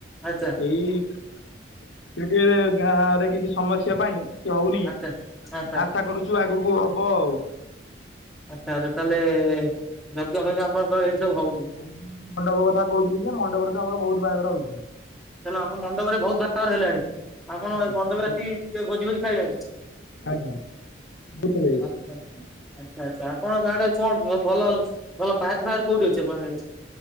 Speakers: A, in the centre; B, on the left.
A: ଆଚ୍ଛା।
B: ଏଇ ଟିକେ ଗାଁ ରେ କିଛି ସମସ୍ୟା ପାଇଁ ହଉନି
A: ଆଚ୍ଛା। ଆଚ୍ଛା
B: ଆଶା କରୁଚୁ ଆଗୁକୁ ହବ ଆଉ।
A: ଆଚ୍ଛା ତାହେଲେ ଯଜ୍ଞ ଫଜ୍ଞ ଆପଣଙ୍କର ତ ଏଇ ସବୁ ହଉଚି।
B: ଆଉ ମଣ୍ଡପ କଥା କହୁଥିଲି ଯେ ମଣ୍ଡପରେ ତ ଆମର ବହୁତ୍ ବାହାଘର ହଉଚି।
A: ହେଲେ ଆପଣ ମଣ୍ଡପରେ ବହୁତ୍ ବାହାଘର ହେଲାଣି ଆପଣ
B: ଆଜ୍ଞା
A: ମଣ୍ଡପରେ
B: ବହୁତ
A: ଆସି କିଏ ଭୋଜି ଭୋଜି ଖାଇଲେଣି
B: ଆଜ୍ଞା ବହୁତ୍ ଥର ଯାଇଚି।
A: ଆଚ୍ଛା- ଆଚ୍ଛା ଆପଣଙ୍କ ଆଡେ କଣ ଭଲ -ଭଲ ପାର୍କ ଫାର୍କ କଉଠି ଅଛି ଆପଣଙ୍କ ଆଡେ?